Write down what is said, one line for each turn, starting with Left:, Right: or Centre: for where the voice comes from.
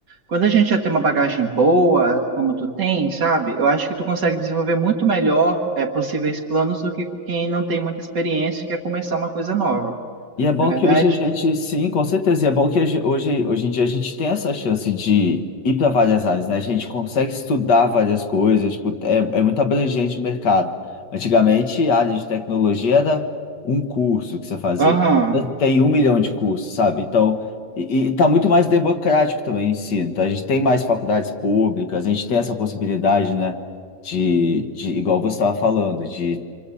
Right: quando a gente já tem uma bagagem boa, como tu tem, sabe? Eu acho que tu consegue desenvolver muito melhor é, possíveis planos do que quem não tem muita experiência e quer começar uma coisa nova,
Left: E é bom
Right: não é verdade?
Left: que hoje a gente, sim, com certeza. E é bom que hoje, hoje hoje em dia a gente tem essa chance de ir para várias áreas, né? A gente consegue estudar várias coisas, tipo, é, é muito abrangente o mercado. Antigamente, a área de tecnologia era um curso que você fazia.
Right: Aham.
Left: Agora Tem um milhão de cursos, sabe? Então, e, e tá muito mais democrático também o ensino. Então, a gente tem mais faculdades públicas, a gente tem essa possibilidade, né? De, de igual você estava falando, de